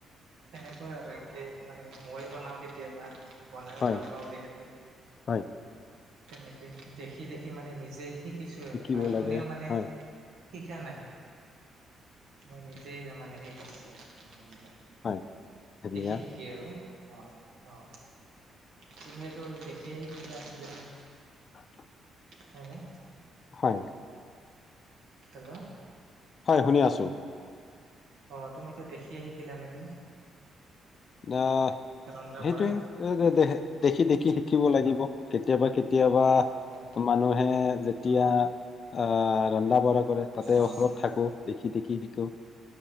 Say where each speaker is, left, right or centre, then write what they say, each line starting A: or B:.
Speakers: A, on the right (about 80°); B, on the left (about 50°).
A: এনেকৈ আৰু, এনেকে মই বনাওঁ কেতিয়াবা। বনাই
B: হয়
A: ভাল পাওঁ যিহেতু,
B: হয়
A: তেনেকে দেখি দেখি মানে নিজে নিজেই শিকিছোঁ
B: শিকিব
A: আৰু, কাৰ
B: লাগে
A: কোনেও মানে
B: হয়
A: শিকা নাই, মই নিজেই ত' মানে সেই কৰিছোঁ। মানে
B: হয় ধুনীয়া
A: দেখি দেখি। অ', অ', তুমিয়েটো দেখি এই শিকি জাই কিজানি।
B: অ',
A: হয়নে?
B: হয়।
A: হেল্ল'!
B: হয়, শুনি আছোঁ!
A: অ', তুমিতো দেখিয়ে শিকিলা নেকি?
B: অ',
A: ৰন্ধা
B: সেইটোৱেই,
A: বঢ়া
B: দেখি দেখি শিকিব লাগিব। কেতিয়াবা কেত কেতিয়াবা
A: হয় হয়
B: মানুহে যেতিয়া,
A: অ
B: অ' ৰন্ধা বঢ়া কৰে, তাতে
A: অ
B: অসমত ওচৰত থাকোঁ। দেখি দেখি শিকোঁ,